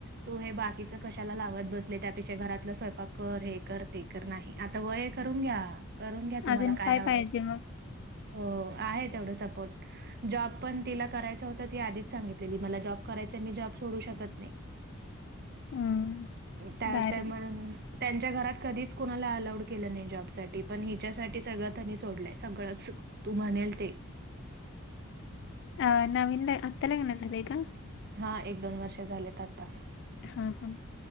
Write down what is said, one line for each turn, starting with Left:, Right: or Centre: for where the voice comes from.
Right: तू हे बाकीच कशाला लावत बसले, त्यापेक्षा घरातलं स्वयंपाक कर, हे कर, ते कर नाही. आता वय करून घ्या, करून घ्या तुम्हाला
Left: अजून
Right: काय हवय.
Left: पाहिजे मग?
Right: हो, आहे तेवढं सपोर्ट. जॉब पण तिला करायच होत, ती आधीच सांगितलेली मला जॉब करायच मी जॉब सोडू शकत नाही.
Left: हम्म
Right: त्यात
Left: भारी.
Right: काय मग. त्यांच्या घरात कधीच कुला अलाउड केलं नाही जॉबसाठी, पण हिच्यासाठी सगळ त्यांनी सोडलाय, सगळंच तू म्हणेल ते
Left: अ नवीन आता लग्न झालंय का?
Right: हा, एक दोन वर्ष झालेत आता.
Left: हा हा,